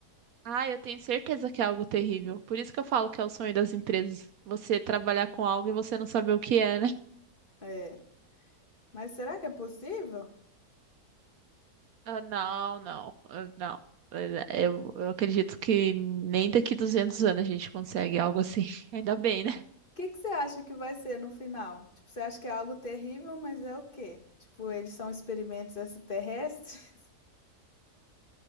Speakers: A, on the right; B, on the left.
A: Ah, eu tenho certeza que é algo terrível. Por isso que eu falo que é o sonho das empresas. Você trabalhar com algo e você não saber o que é, né? <laughs>
B: É. Mas será que é possível? O
A: Ah, não, não, ah, não. Eh, Eu, eu acredito que nem daqui 200 anos a gente consegue algo assim. <laughs> Ainda bem, né?
B: que que você acha que vai ser no final? Tipo, você acha que é algo terrível, mas é o quê? Tipo, eles são experimentos extraterrestres? <laughs>